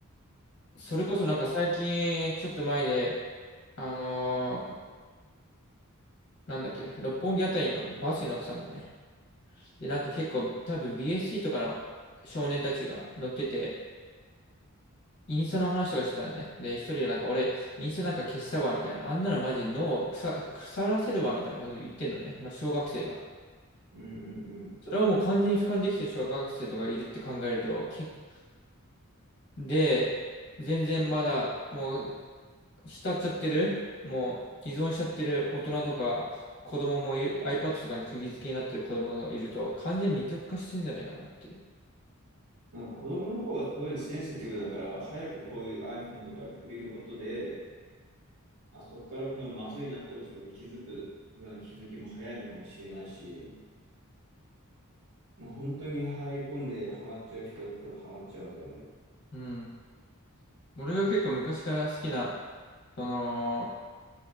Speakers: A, on the left; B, on the right.
A: それこそなんか最近、ちょっと前で、あのーなんだっけ、六本木あたりのバスに乗ってたんだね。で、なんか結構多分 BSC とかの少年たちが乗ってて、インスタの話とかしてたんだね。で、一人でなんか俺、インスタなんか消したわ、みたいな。あんなのマジ脳を腐、腐らせるわ、みたいなこと言ってんのね。まあ、小学生が。
B: うんうんうん。
A: それはもう完全に俯瞰できてる小学生とかいるって考えると、結構で、全然まだもう浸っちゃってる、もう依存しちゃってる大人とか子供もいる、iPad とかに釘付けになってる子供がいると、完全に二極化してんじゃないかなっていう。
B: なんか子供の方がそういうのセンシティブだから、早くこういう iPhone とかに触れることで、あ、そこからこのまずいなって落ちた時気づくような気づきも早いのかもしれないし、もう本当に入り込んでハマっちゃう人は多分ハマっちゃうんだろうね。
A: うん。俺が結構昔から好きな、その、